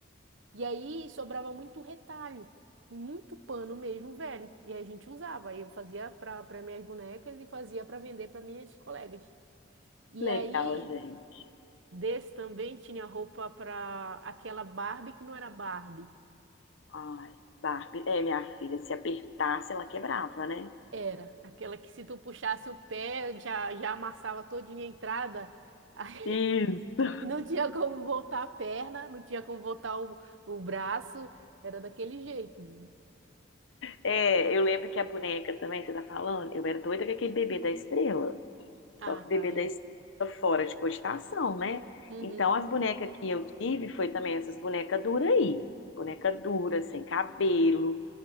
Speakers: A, on the right; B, on the left.
A: E aí sobrava muito retalho, muito pano mesmo, velho. E aí a gente usava. Aí eu fazia para minhas bonecas e fazia para vender para minhas colegas. E
B: Legal,
A: aí
B: gente.
A: desse também tinha roupa para aquela Barbie que não era Barbie.
B: Ai, Barbie. É, minha filha, se apertasse, ela quebrava, né?
A: Era, aquela que se tu puxasse o pé, já, já amassava todinha a entrada. Aí
B: Isso.
A: <laughs> não tinha como voltar a perna, não tinha como voltar o, o braço. Era daquele jeito, menina.
B: É, eu lembro que a boneca também, você tá falando, eu era doida com aquele bebê da estrela.
A: Ah,
B: Só que
A: tá,
B: bebê
A: lembro.
B: da estrela fora de cogitação, né?
A: Uhum.
B: Então, as bonecas que eu tive foi também essas bonecas duras aí. Boneca dura, sem cabelo.